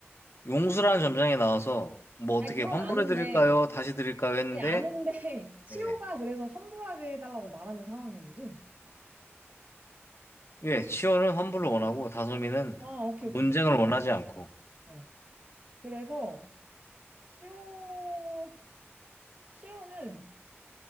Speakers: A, on the left; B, on the right.
A: 용수라는 점장이 나와서 뭐 어떻게
B: 아니, 그건
A: 환불해
B: 아는데,
A: 드릴까요? 다시 드릴까요? 했는데
B: 아니, 아는데, <laughs> 치호가
A: 예.
B: 그래서 환불하게 해달라고 말하는 상황인 거지?
A: 예, 치호는 환불을 원하고 다솜이는
B: 아, 오케이, 오케이.
A: 논쟁을 원하지 않고
B: 알겠어. 그래서 시오 시오는